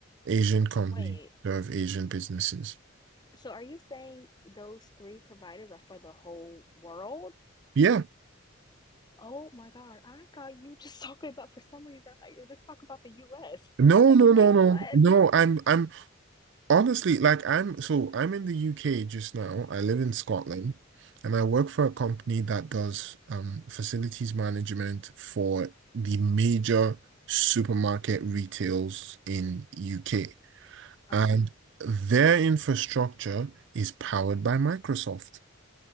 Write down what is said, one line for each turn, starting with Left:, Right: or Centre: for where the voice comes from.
Right: Asian companies
Left: Wait.
Right: serve Asian businesses.
Left: So are you saying those three providers are for the whole world?
Right: Yeah.
Left: Oh my God, I thought you just <laughs> talking about for some reason I thought you were just talking about the US.
Right: No,
Left: Like,
Right: no,
Left: wait,
Right: no, no,
Left: what?
Right: no. I'm I'm Honestly, like I'm so I'm in the UK just now. I live in Scotland and I work for a company that does um facilities management for the major supermarket retails in UK.
Left: Uh-huh.
Right: And their infrastructure is powered by Microsoft.